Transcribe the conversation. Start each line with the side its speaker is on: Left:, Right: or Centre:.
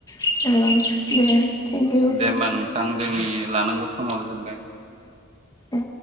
Left: ओं दे। इउ
Right: दे होमबा नोंथां जोंनि लानांगौ समाव जोबबाय
Left: ए।